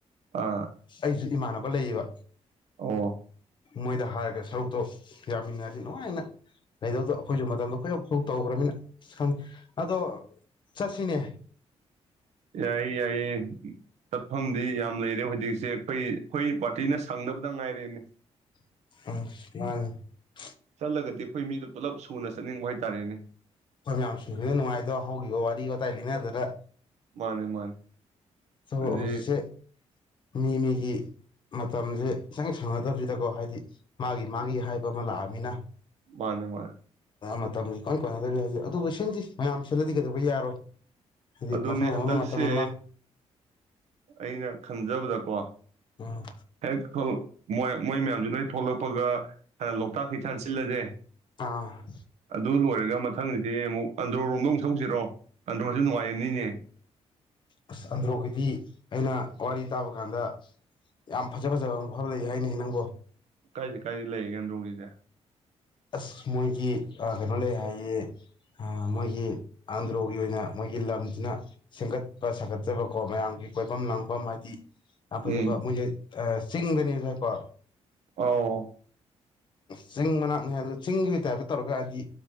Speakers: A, on the right; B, on the left.
A: ꯑꯥ
B: ꯑꯩꯁꯨ ꯏꯃꯥꯟꯅꯕ ꯕꯂꯕ
A: ꯑꯣ
B: ꯃꯣꯏꯗ ꯍꯥꯏꯔꯒ ꯁꯔꯨꯛꯇꯣ ꯌꯥꯃꯤꯟꯅꯔꯁꯤ ꯅꯨꯡꯉꯥꯏꯅ ꯂꯩꯗꯧꯗꯣ ꯑꯩꯈꯣꯏꯁꯨ ꯃꯇꯝꯗꯣ ꯀꯣꯏꯧꯁꯨ ꯇꯧꯈ꯭ꯔꯅꯤꯅ ꯈꯪ ꯑꯗꯣ ꯆꯠꯁꯤꯅꯦ
A: ꯌꯥꯏꯌꯦ ꯌꯥꯏꯌꯦ ꯆꯠꯐꯝꯗꯤ ꯌꯥꯝ ꯂꯩꯔꯦ ꯍꯧꯖꯤꯛꯁꯦ ꯑꯩꯈꯣꯏ ꯑꯩꯈꯣꯏ ꯄꯥꯔꯇꯤꯅ ꯁꯪꯗꯕꯗ ꯉꯥꯏꯔꯦꯅꯦ
B: ꯑ
A: ꯆꯠꯂꯒꯗꯤ ꯑꯩꯈꯣꯏ ꯃꯤꯗ ꯄꯨꯂꯞ ꯊꯨꯅ ꯆꯠꯅꯤꯡꯕ ꯍꯥꯏꯇꯥꯔꯦꯅꯦ
B: ꯑꯩꯈꯣꯏ ꯃꯌꯥꯝꯁꯤꯡꯗꯨꯅ ꯅꯨꯡꯉꯥꯏꯗꯣ ꯍꯧꯈꯤꯕ ꯋꯥꯔꯤ ꯋꯥꯇꯥꯏ ꯂꯩꯅ ꯑꯗꯨꯅ
A: ꯃꯥꯅꯦ ꯃꯥꯅꯦ
B: ꯇꯣ
A: ꯍꯧꯖꯤꯛ
B: ꯍꯧꯖꯤꯛꯁꯦ ꯃꯤ ꯃꯤꯒꯤ ꯃꯇꯝꯁꯦ ꯁꯪ ꯁꯪꯅꯗꯕꯁꯤꯗꯀꯣ ꯍꯥꯏꯗꯤ ꯃꯥꯒꯤ ꯃꯥꯒꯤ ꯍꯥꯏꯕ ꯑꯃ ꯂꯥꯛꯑꯅꯤꯅ
A: ꯃꯥꯅꯦ ꯃꯥꯅꯦ
B: ꯃꯇꯝꯁꯤ ꯀꯣꯏꯅ ꯀꯣꯟꯅꯗꯕꯤ ꯍꯥꯏꯁꯦ ꯑꯗꯨꯕꯨ ꯁꯤꯟꯁꯤ ꯃꯌꯥꯝ ꯁꯤꯜꯂꯗꯤ ꯀꯩꯗꯧꯕ ꯌꯥꯔꯣꯏ ꯍꯥꯏꯗꯤ
A: ꯑꯗꯨꯅꯦ
B: ꯃꯐꯝ
A: ꯍꯟꯗꯛꯁꯦ
B: ꯑꯃ ꯃꯇꯝ ꯑꯃ
A: ꯑꯩꯅ ꯈꯟꯖꯕꯗꯀꯣ
B: ꯎꯝ
A: ꯍ ꯈ ꯃꯣꯏ ꯃꯣꯏ ꯃꯌꯥꯝꯁꯨ ꯅꯣꯏ ꯊꯣꯛꯂꯛꯄꯒ ꯍꯅ ꯂꯣꯛꯇꯥꯛ ꯍꯩꯁꯥꯟ ꯁꯤꯜꯂꯁꯦ
B: ꯑꯥ
A: ꯗꯔ ꯍꯔꯦ ꯃꯊꯪ ꯑꯟꯗ꯭ꯔꯝ ꯑꯃꯨꯛꯁꯤꯔꯣ ꯑ ꯉꯅꯤꯅꯦ
B: ꯑꯁ ꯑꯟꯗ꯭ꯔꯣꯒꯤꯗꯤ ꯑꯩꯅ ꯋꯥꯔꯤ ꯇꯥꯕ ꯀꯥꯟꯗ ꯌꯥꯝ ꯐꯖ ꯐꯖꯕ ꯃꯐꯝ ꯂꯩ ꯍꯥꯏꯅꯤ ꯅꯪꯕꯨꯣ
A: ꯀꯥꯏꯁꯤ ꯀꯥꯏꯗ ꯂꯩꯒꯦꯟꯗ꯭ꯔꯣꯒꯤꯁꯦ
B: ꯑꯁ ꯃꯣꯏꯒꯤ ꯀꯩꯅꯣ ꯂꯩ ꯍꯥꯏꯌꯦ ꯃꯣꯏꯒꯤ ꯑꯟꯗ꯭ꯔꯣꯒꯤ ꯑꯣꯏꯅ ꯃꯣꯏꯒꯤ ꯂꯝꯁꯤꯅ ꯁꯦꯝꯒꯠꯄ ꯁꯥꯒꯠꯆꯕꯀꯣ ꯃꯌꯥꯝꯒꯤ ꯀꯣꯏꯐꯝ ꯂꯥꯡꯐꯝ ꯍꯥꯏꯗꯤ ꯑꯁꯄꯦ
A: ꯎꯝ
B: ꯆꯤꯡꯗꯅꯤꯁꯨꯥꯏꯀꯣ
A: ꯑꯣ
B: ꯁꯤꯤꯡ ꯃꯅ ꯪ ꯑ ꯆꯤꯡꯒꯤ ꯇꯥꯏꯞꯇ ꯇꯧꯔꯒ ꯍꯥꯏꯗꯤ